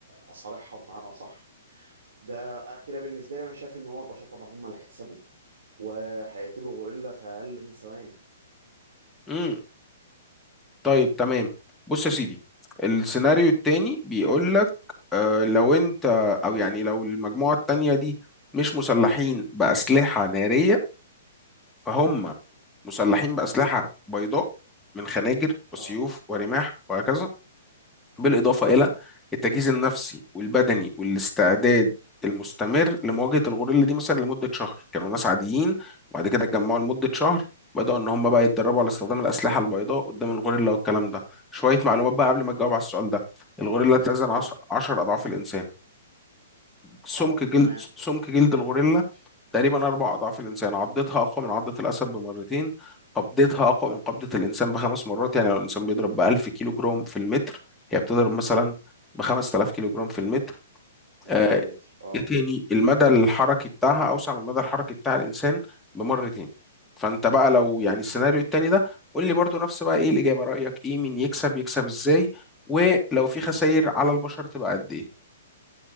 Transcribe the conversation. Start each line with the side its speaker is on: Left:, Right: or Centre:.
Right: اصارعها بمعنى صح ده انا كده بالنسبه لي انا شايف ان هو البشر طبعا هم اللي هيكسبوا وهيقتلوا غوريلا في أقل من ثواني
Centre: امم طيب تمام بص يا سيدي السيناريو التاني بيقول لك آه لو انت او يعني لو المجموعة التانية دي مش مسلحين بأسلحة نارية فهم مسلحين بأسلحة بيضاء من خناجر وسيوف
Right: اه
Centre: ورماح وهكذا بالإضافة إلى
Right: امم
Centre: التجهيز النفسي والبدني والاستعداد المستمر لمواجهة الغوريلا دي مثلا لمدة شهر كانوا ناس عاديين وبعد كده اتجمعوا لمدة شهر بدأوا إن هم بقى يتدربوا على استخدام الأسلحة البيضاء قدام الغوريلا والكلام ده شوية معلومات بقى قبل ما تجاوب على السؤال ده الغوريلا تزن
Right: اه
Centre: 10 أضعاف الإنسان سمك
Right: اه
Centre: جلد
Right: تمام
Centre: سمك جلد الغوريلا تقريبا أربع أضعاف الإنسان عضتها أقوى من عضة الأسد بمرتين قبضتها أقوى من قبضة الإنسان بخمس مرات يعني لو الإنسان بيضرب بألف كيلو جرام في المتر هي بتضرب مثلا بخمس تلاف كيلو جرام في المتر
Right: في
Centre: آه،
Right: في المتر اه
Centre: إيه تاني المدى الحركي بتاعها أوسع من المدى الحركي بتاع الإنسان بمرتين فأنت بقى لو يعني السيناريو التاني ده قول لي برضو نفس بقى إيه الإجابة رأيك إيه مين يكسب يكسب إزاي ولو في خسائر على البشر تبقى قد إيه؟